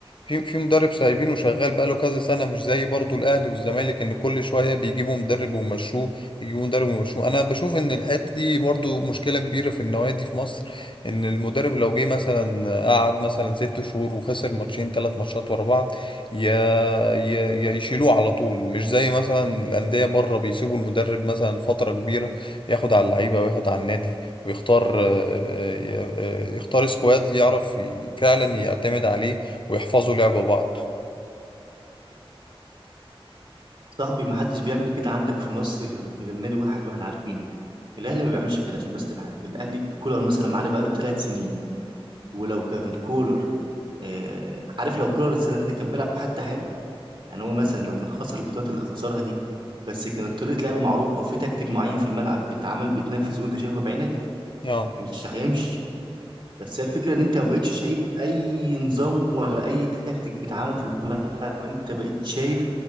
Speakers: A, on the left (about 55°); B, on the right (about 55°).
A: في في مدرب سايبينه شغال بقاله كذا سنة مش زي برضو الأهلي والزمالك إن كل شوية بيجيبوا مدرب ويمشوه يجيبوا مدرب ويمشوه أنا بشوف إن الحتة دي برضو مشكلة كبيرة في النوادي في مصر إن المدرب لو جه مثلا قعد مثلا ست شهور وخسر ماتشين تلات ماتشات ورا بعض يا يا يا يشيلوه على طول مش زي مثلا الأندية بره بيسيبوا المدرب مثلا فترة كبيرة ياخد على اللعيبة وياخد على النادي ويختار آه، آه، آه، آه، يختار سكواد يعرف ي- فعلا يعتمد عليه ويحفظوا لعب بعض
B: صاحبي محدش بيعمل كده عندك في مصر غير غير نادي واحد واحنا عارفينه الاهلي ما بيعملش كده عشان بس تبقى عارف الاهلي كولر مثلا معانا بقاله ثلاث سنين ولو كان كولر آه، عارف لو كولر السنه دي كان بيلعب حتى يعني هو مثلا لو كان خسر البطولات اللي خسرها دي بس كانت طريقة لعب معروفة وفي تكتيك معين في الملعب بيتعمل بيتنفذ وانت شايفه بعينك
A: اه
B: كانش هيمشي بس هي الفكرة ان انت ما بقتش شايف اي نظام ولا اي تكتيك بيتعمل في الملعب انت بقيت شايف